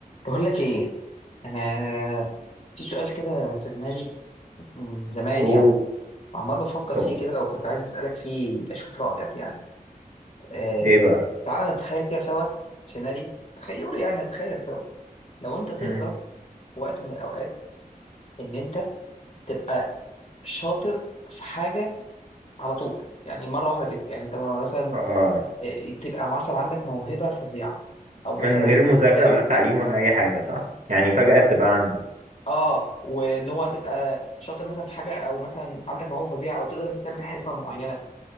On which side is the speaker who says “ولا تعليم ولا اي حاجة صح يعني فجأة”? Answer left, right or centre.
Right